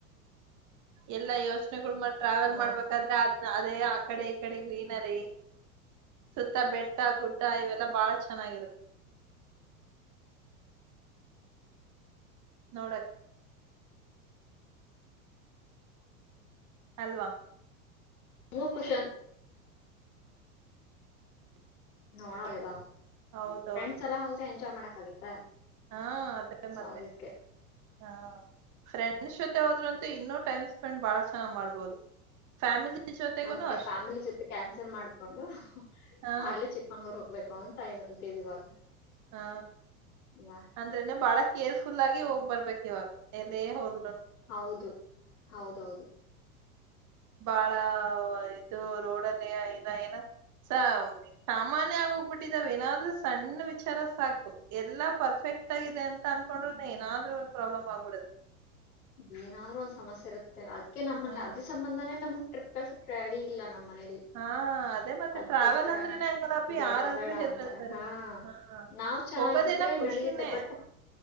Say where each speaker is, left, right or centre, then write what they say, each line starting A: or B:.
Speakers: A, on the right; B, on the left.
A: ಎಲ್ಲಾ ಯೋಚನೆಗಳು ಮ ಟ್ರಾವೆಲ್
B: ಹಾ
A: ಮಾಡ್ಬೇಕಾದ್ರೆ ಅದ್ ಅದೇ ಆ ಕಡೆ ಈ ಕಡೆ ಗ್ರೀನ್ ರ ಸುತ್ತ ಬೆಟ್ಟ ಗುಡ್ಡ ಇವೆಲ್ಲಾ ಬಾಳ ಚೆನ್ನಾಗಿರುತ್ತೆ ನೋಡಕ್ ಅಲ್ವಾ
B: ಮೂ ಕುುಷ ನೋಡೋರಿದಾ
A: ಹೌದೌದು
B: ಫ್ರೆಂಡ್ಸ್ ಎಲ್ಲ ಹೋದ್ರೆ ಎಂಜಾಯ್ ಮಾಡಕ್ ಆಗತ್ತೆ
A: ಹಾ ಅದೇ
B: ಸೊ
A: ಮತ್ತೆ
B: ಅದಕ್ಕೆ
A: ಹಾ ಫ್ರೆಂಡ್ ಹೋದ್ರಂತೆ ಇನ್ನೂ ಟೈಮ್ ಸ್ಪೆಂಡ್ ಬಹಳ ಚೆನ್ನ ಮಾಡಬಹುದು ಫ್ಯಾಮಿಲಿ ಜೊತೆಗುನು
B: ಅದ್ಕ
A: ಅಷ್ಟೆ
B: ಫ್ಯಾಮಿಲಿ ಜೊತೆ ಕ್ಯಾನ್ಸಲ್ ಮಾಡ್ಕೊಂಡು
A: ಹಾ
B: ಅಲ್ಲೇ ಚಿಕ್ಕಮಂಗ್ಳೂರ್ ಹೋಗ್ಬೇಕು ಅಂತ ಇದ್ದೀವಿ ಇವಾಗ
A: ಹಾ
B: ಅಲ್ವಾ
A: ಅಂದ್ರೇನೆ ಬಾಳ ಕೇರ್ಫುಲ್ ಆಗಿ ಹೋಗ್ಬರ್ಬೇಕಕ್ ಇವಾಗ ಎಲ್ಲೇ ಹೋದ್ಲುೂ
B: ಹೌದು ಹೌದೌದು
A: ಬಾಳ ಇದು ರೋಡ್ ಅಲ್ಲಿ ಇನ ಏನ ಸ ಸಾಮಾನ್ಯ ಆಗ ಹೋಗ್ಬಿಟ್ಟಿದಾವ ಏನಾದ್ರೂ ಸಣ್ಣ ವಿಚಾರ ಸಾಕು ಎಲ್ಲಾ ಪರ್ಫೆಕ್ಟ್ ಕಕ್ಟ್ ಆಗ ಅನ್ಕೊಂಡ್ರ್ ಏನಾದ್ ಒಂದ ಪ್ರಾಬ್ಲ್ ಆಗ್ಬಿಡೆ
B: ಹ ಏನಾದ್ೂ ಒಂದ್ ಸಮಸ್ಯೆ ಇರುತ್ತೆ ಅದ್ ನಮ್ಮಲ್ಲಿ
A: ಹಾ
B: ಅದ್ರ ಸಂಬಂಧಾನೇ ನಮ್ಗ್ ಟ್ರಿಪ್ ಕಲ್ಸ ರೆಡಿ ಇಲ್ಲ ನಮ್ ಮನೇಲಿ
A: ಹಾ ಅದೇ ಮತ್ತೆ
B: ಅದ್ಕೋಸ್ಕರಾನೇ
A: ಟ್ರಾವೆಲ್ ಅಂದ್ರೆನೆ ಹಂಗಲ್ಲಪಿ
B: ಬೇಡ
A: ಯಾರಾದ್ರೂ
B: ಬೇಡ
A: ಹೆದರ್ತಾರೆ
B: ಅಂತಾರೆ ಹಾ
A: ಹಾ
B: ನಾವ್ ಚೆನ್ನಾಗಿದ್ರೆ
A: ಹೋಗೋದೇನ ಖುಷಿನೇ
B: ನಡಿಯುತ್ತೆ ಬಟ್